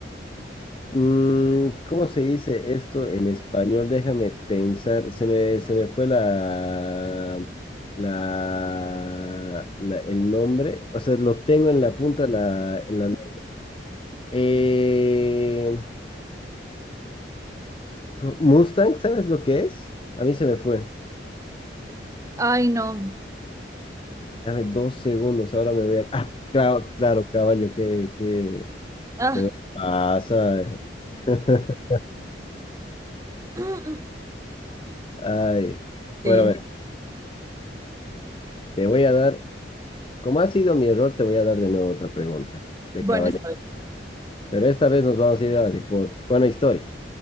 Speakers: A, on the left (about 30°); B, on the right (about 15°).
A: mm, ¿cómo se dice esto en español? Déjame pensar. Se me, se me fue la, la, la- el nombre. O sea, lo tengo en la punta de la, en la lengua. Eh, Mustang, ¿sabes lo que es? A mí se me fue.
B: Ay, no.
A: Dame dos segundos, ahora me voy a... Ah, claro, claro, caballo, que, que,
B: Ah.
A: que no pasa. <laughs>
B: <clears throat>
A: Ay. Bueno,
B: Sí.
A: a ver, te voy a dar, como ha sido mi error, te voy a dar de nuevo otra pregunta de
B: Bueno,
A: caballo.
B: está bien.
A: Pero esta vez nos vamos a ir a deporte. Bueno, historia.